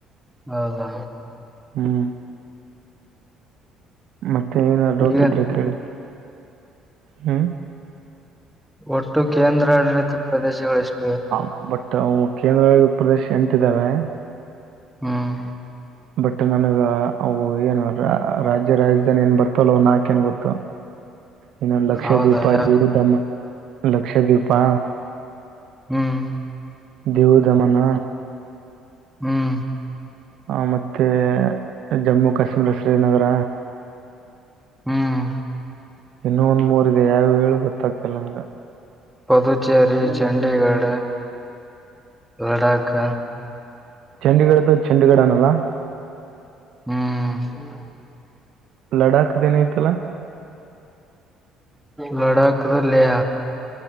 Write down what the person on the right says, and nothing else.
ಹ್ಮ್ ಮತ್ತೆ ಏನ ಡೌಟ್
ಇದ್ರೆ ಕೇಳಿ ಹ್ಮ
ಹ ಬಟ್ ಅವು ಕೇಂದ್ರ ಪ್ರದೇಶ ಎಂಟಿದ್ದಾವೆ
ಬಟ್ ನನಗೆ ಅವು ಏನು ರಾಜ್ಯ ರಾಜಧಾನಿ ಏನು ಬರ್ತಾವಲ್ಲ ಅವ ನಾಕೇನು ಗೊತ್ತು ಇನ್ನ ಲಕ್ಷದವೀಪ
ಜೀವಧಮ ಲಕ್ಷದ್ವೀಪಾ
ದವು ದಮನ
ಹ ಮತ್ತೆ ಜಮ್ಮು ಕಾಶ್ಮೀರ ಶ್ರೀನಗರ
ಇನ್ನೂ ಒಂದು ಮೂರಿದೆ ಯಾವ್ಯಾವ ಹೇಳು ಗೊತ್ತಾಗ್ತಲ್ಲ ನನಗೆ
ಚಂಡೀಗಡ ತ ಚಂಡಗಡ ಆನಲ್ಲ
ಲಡಾಖ್ದ ಏನ ಐತಲ್ಲ